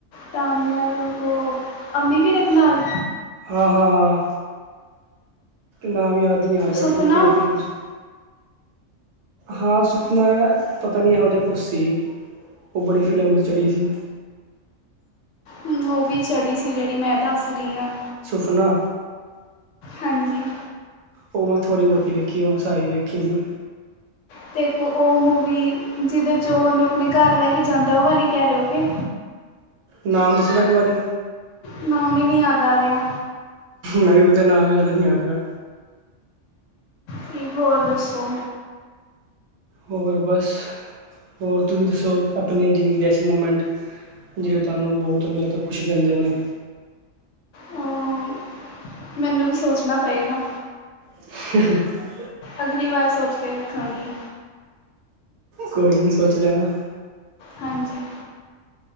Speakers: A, on the left (about 80°); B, on the right (about 70°).
A: ਤਾਂਨਿਆ ਉਹ ਅੰਮੀ ਵੀ ਰੱਖ ਨਾ ਲਾਲ
B: ਹਾਂ- ਹਾਂ -ਹਾਂ ਨਾਮ ਯਾਦ ਨਹੀਂ ਆ ਰਿਹਾ
A: ਸੁਫਨਾ
B: ।ਪਤਾ ਨਹੀਂ ਕਿਹੜੀ ਫਿਲਮ ਸੀ। ਹਾਂ ਸੁਫਨਾ, ਪਤਾ ਨਹੀਂ ਇਹੋ ਜਿਹਾ ਕੁਝ ਸੀ। ਉਹ ਬੜੀ ਫਿਲਮ ਉੱ ' ਚੜੀ ਸੀ।
A: ਮੂਵੀ ਚੜੀ ਸੀ। ਜਿਹੜੀ ਮੈਂ ਦੱਸ ਰਹੀ ਹਾਂ।
B: ਸੁਫਨਾ
A: ਹਾਂਜੀ
B: ਉਹ ਮੈਂ ਥੋੜੀ ਬਹੁਤੀ ਦੇਖੀ। ਮੈਂ ਸਾਰੀ ਦੇਖੀ ਨਹੀਂ।
A: ਅਤੇ ਇੱਕ ਉਹ ਮੂਵੀ ਜਿਹਦੇ ' ਉਹ ਉਹਨੂੰ ਆਪਣੇ ਘਰ ਲੈ ਕੇ ਜਾਂਦਾ। ਉਹ ਵਾਲੀ ਹੀ ਕਹਿ ਰਹੇ ਹੋ ਕਿ
B: ਨਾਮ ਦੱਸਣਾ ਇੱਕ ਵਾਰੀ।
A: ਨਾਮ ਹੀ ਨੀ ਯਾਦ ਆ ਰਿਹਾਂ।
B: ਮੈਂਵੀ ਪਤਾ ਨਾਮ ਯਾਦ ਨਹੀਂ ਆ ਰਿਹਾ।
A: ਕੀ ਹੋਰ ਦੱਸੋ।
B: 'ਹੋਰ ਬਸ, ਹੋਰ ਤੁਸੀਂ ਦੱਸੋ ਆਪਣੇ ਜ਼ਿੰਦਗੀ ਦੇ ਐਸੇ ਮੂਮੈਂਟ। ਜਿਹੜੇ ਤੁਹਾਨੂੰ ਬਹੁਤ ਹੀ ਜ਼ਿਆਦਾ ਖੁਸ਼ੀ ਦਿੰਦੇ ਨੇ।
A: ਹਾਂਆ। ਮੈਨੂੰ ਵੀ ਸੋਚਣਾ ਪਏਗਾ।
B: <unintelligible>
A: ਅਗਲੀ ਵਾਰ ਸੋਚ ਕੇ ਰੱਖਾਂਗੀ।
B: ਕੋਈ ਨੀ ਸੋਚ ਲੈਣਾ।
A: ਹਾਂਜੀ।